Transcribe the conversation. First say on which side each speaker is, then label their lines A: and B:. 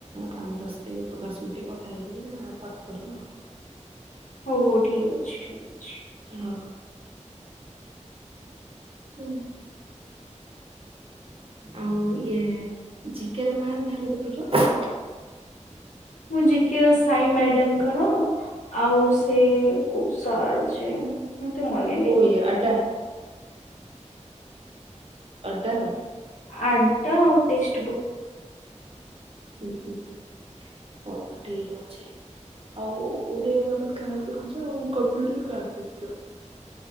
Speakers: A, on the right (about 50°); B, on the left (about 75°).
A: ପାଞ୍ଚ ଦଶ ଦଶ ମିନିଟ କଥା ହେଇକି ନା ପାଠ ପଢିବି ଆଉ।
B: ହଉ ହଉ ଠିକ ଅଛି ଠିକ ଅଛି।
A: ହଁ ହୁଁ ଆଉ ଇଏ ଜିକୋର କାହାର କାହାର ଦେଖୁଛ?
B: ମୁଁ ଯି କେ ର ସାଇ ମ୍ୟାଡାମଙ୍କର ଆଉ ସେ କୌ ସାର୍ ସେ ମତେ ମନେ
A: କୋଉ
B: ନାଇଁ।
A: ଆଡା ଅଡ଼ାର
B: ଆଡା ଆଉ ଟେକ୍ସ ବୁକ୍।
A: ହୁଁ ହୁଁ ହୁଁ ହଉ ଠିକ ଅଛି। ଆଉ ଓରିଓଗ୍ରାଫର କାହାର ଦେଖୁଛ ଆଉ କମ୍ପ୍ୟୁଟର କାହାର ଦେଖୁଛ?